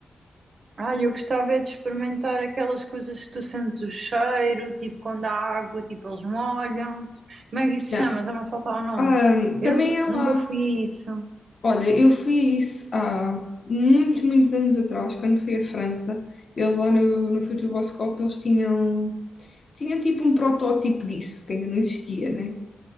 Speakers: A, on the right; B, on the left.
A: Ah, eu gostava é de experimentar aquelas coisas que tu sentes o cheiro, tipo quando há água, tipo eles molham-te. Como é que isso se
B: Yeah.
A: chama? Está-me a faltar o nome.
B: Ah,
A: Eu
B: também
A: nunca,
B: é
A: nunca
B: lá.
A: fui a isso.
B: Olha, eu fui a isso há muitos, muitos anos atrás, quando fui à França, eles lá no, no Futuroscope, eles tinham, tinham tipo um protótipo disso, que ainda não existia, né?